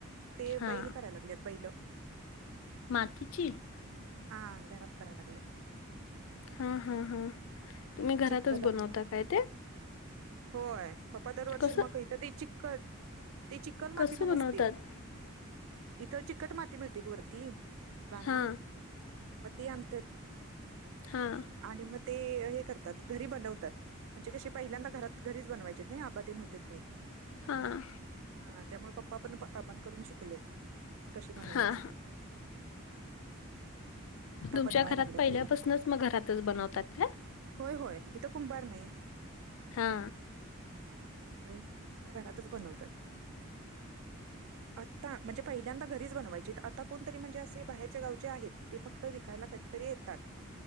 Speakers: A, on the right; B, on the left.
A: ते
B: हा
A: बैल करायला लागलेत, बैल.
B: मातीची?
A: हा, घरात करायला लागलेत.
B: हा हा हा, तुम्ही घरातच
A: चिक्कल
B: बनवता
A: आमच्या
B: काय ते?
A: होय, पप्पा दरवर्षी
B: कसं
A: मग इथ ते चिक्कट ते चिकण माती
B: कसं
A: म्हणून
B: बनवतात
A: असते इथं चिकट माती मिळते ग वरती, राणात.
B: हा
A: मग ती आणतेत.
B: हा
A: आणि मग ते हे करतात घरी बनवतात म्हणजे कशी पहिल्यांदा घरात घरीच बनवायचेत नई, आबा तेन होते ते.
B: हा
A: हा त्यामुळे पप्पा पण आबांकडून शिकलेत, कशी बनवायची
B: हां, हां.
A: ते. <inaudible>
B: तुमच्या
A: बनवाय
B: घरात
A: लागल्यात
B: पहिल्यापासनच मग घरातच बनवतात का?
A: होय होय, इथं कुंभार नाही.
B: हा.
A: त्यामुळे मग घरातच बनवतात. आता म्हणजे पहिल्यांदा घरीच बनवायचीत. आता कोणतरी म्हणजे असे बाहेरच्या गावचे आहेत. ते फक्त विकायला कधीतरी येतात.